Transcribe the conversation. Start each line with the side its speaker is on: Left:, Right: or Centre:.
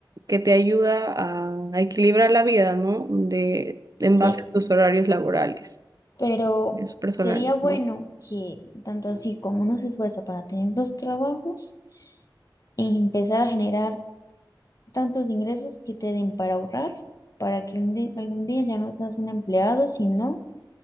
Right: que te ayuda a, a equilibrar la vida, ¿no? De,
Left: Sí,
Right: en base a tus horarios laborales,
Left: pero
Right: tus personales.
Left: sería bueno
Right: ¿no?
Left: que tanto así como uno se esfuerza para tener dos trabajos, empezar a generar tantos ingresos que te den para ahorrar, para que un di- algún día ya no seas un empleado, sino